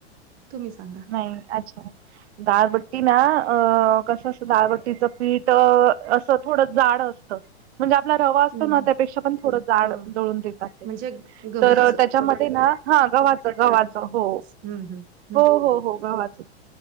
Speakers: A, on the right (about 25°); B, on the right (about 75°).
A: तुम्ही सांगा
B: नाही अच्छा दाळबट्टी ना अ कसं असं दाळबट्टीचं पीठ असं थोडं जाड असत म्हणजे आपला रवा
A: हम्म
B: असतो ना त्यापेक्षा पण थोडं जाड
A: हो
B: दळून देतात ते
A: म्हणजे गहूच
B: तर त्याच्यामध्ये ना हा गव्हाच गव्हाचा हो
A: हम् हम्
B: हो हो हो गवाचच